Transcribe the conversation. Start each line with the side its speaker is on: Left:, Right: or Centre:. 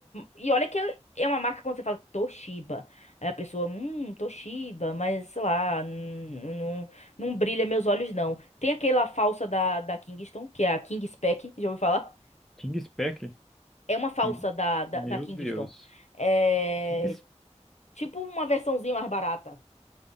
Left: E olha que é uma marca quando você fala Toshiba. Aí a pessoa, hum, Toshiba, mas sei lá, não, não, não brilha meus olhos, não. Tem aquela falsa da, da Kingston, que é a King Spec, já ouviu falar?
Centre: King Spec?
Left: É uma falsa
Centre: Hum,
Left: da, da,
Centre: Meu
Left: da Kingston.
Centre: Deus.
Left: É
Centre: King, Spec-
Left: tipo uma versãozinha mais barata